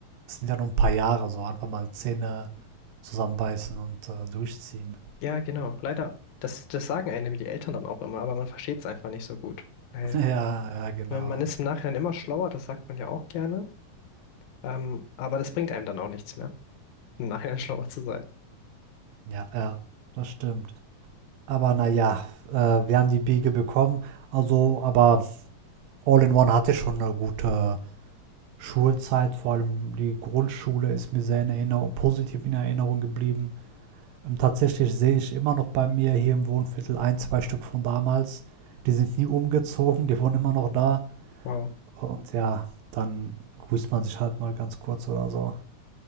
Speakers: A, on the right; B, on the left.
A: es sind ja nur ein paar Jahre, so einfach mal Zähne zusammenbeißen und äh, durchziehen.
B: Ja, genau. Leider, das, das sagen einem die Eltern dann auch immer, aber man versteht es einfach nicht so gut. Weil
A: <laughs> ja, ja, genau.
B: wenn man ist im Nachhinein immer schlauer, das sagt man ja auch gerne, ähm, aber das bringt einem dann auch nichts mehr, im Nachhinein <laughs> schlauer zu sein.
A: Ja, ja, das stimmt. Aber naja, äh, wir haben die Biege bekommen. Also, aber All-in-One hatte schon eine gute Schulzeit. Vor allem die Grundschule ist mir sehr in Erinnerung, positiv in Erinnerung geblieben. Ähm, tatsächlich sehe ich immer noch bei mir hier im Wohnviertel ein, zwei Stück von damals. Die sind nie umgezogen, <laughs> die wohnen immer noch da.
B: Wow.
A: Und ja, dann grüßt man sich halt mal ganz kurz oder so.